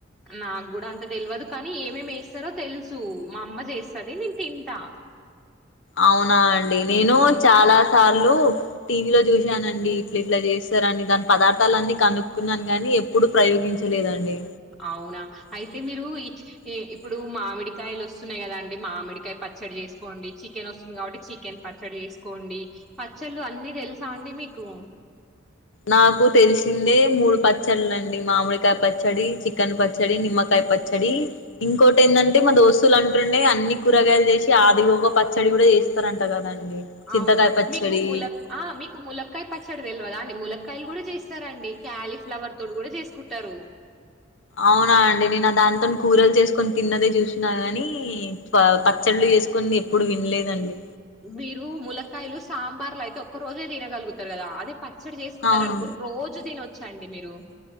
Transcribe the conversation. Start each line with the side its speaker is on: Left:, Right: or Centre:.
Centre: నాకు కూడా అంత తెల్యదు కానీ ఏమేమి వేస్తారో తెలుసు మా అమ్మ చేస్తది నేను తింటా
Left: అవునా అండి నేను చాలా సార్లు టీవీలో చూశానండి ఇట్లా ఇట్లా చేస్తారని దాని పదార్థాల అన్ని కనుక్కున్నాను గాని ఎప్పుడు ప్రయోగించలేదండి.
Centre: అవునా అయితే మీరు ఇ ఇప్పుడు మామిడికాయలు వస్తున్నాయి కదా అండి. మామిడికాయ పచ్చడి చేసుకోండి. చికెన్ వస్తుంది కాబట్టి చికెన్ పచ్చడి చేసుకోండి. పచ్చళ్ళు అన్నీ తెలుసా అండి మీకు
Left: నాకు తెలిసిందే మూడు పచ్చడిలండి మామిడికాయ పచ్చడి, చికెన్ పచ్చడి, నిమ్మకాయ పచ్చడి, ఇంకోటి ఏంటంటే మా దోస్తులు అంటుండే అన్ని కూరగాయలు చేసి ఆది ఒక పచ్చడి కూడా చేస్తారంట కదండి. చింతకాయ
Centre: అవును
Left: పచ్చడి
Centre: మీకు ముల్ల ఆ మీకు ములక్కయ పచ్చడిది తెల్వదా అండి ములక్కాయ్ కాయలు కూడా చేస్తారండి క్యాలీఫ్లవర్ తోడు కూడా చేసుకుంటారు.
Left: అవునా అండి నేను దానితో కూరలు చేసుకొని తిన్నదే చూసినాను గాని పచ్చళ్ళు చేసుకుని ఎప్పుడు వినలేదండి.
Centre: మీరు ముల్లకాయలు సాంబార్లు అయితే ఒక్క రోజే తినగలుగుతారు కదా అదే పచ్చడి చేసుకున్నారు
Left: అవును
Centre: అనుకో రోజు దీనచ్ చండి మీరు